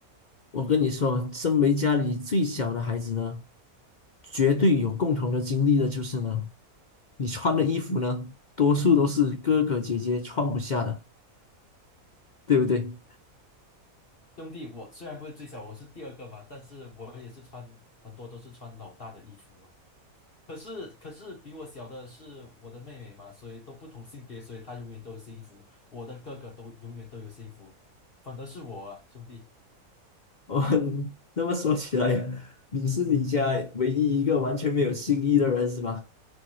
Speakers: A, on the left; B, on the left.
A: 我跟你说，身为家里最小的孩子呢，绝对有共同的经历的就是呢，你穿的衣服呢，多数都是哥哥姐姐穿不下的，对不对？
B: 兄弟，我虽然不是最小，我是第二个嘛，但是我也是穿很多都是穿老大的衣服啊。可是可是比我小的是我的妹妹嘛，所以都不同性别，所以她永远都有新衣服，我的哥哥都永远都有新衣服，反而是我啊，兄弟。
A: 哦，<laughs> 那么说起来，你是你家唯一一个完全没有新衣的人是吧？